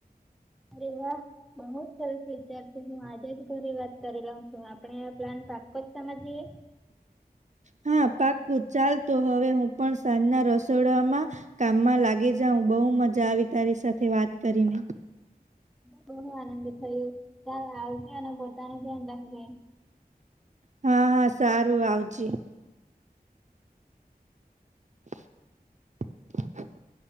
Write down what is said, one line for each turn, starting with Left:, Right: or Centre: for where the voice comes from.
Centre: અરે વાહ. બહુ જ સરસ વિચાર છે હું આજે જ ઘરે વાત કરી લઉ છું આપણે આ પ્લાન પા માં જઈએ?
Right: હા, પાકું ચાલ તો હવે હું પણ સાંજના રસોડામાં કામમાં લાગી જાઉ બહુ મજા આવી તારી સાથે વાત કરીને.
Centre: ઘણું આનંદ થયું ચાલ આવજે અને પોતાનું ધ્યાન રાખજે.
Right: હા, હા, સારું આવજે. <inaudible>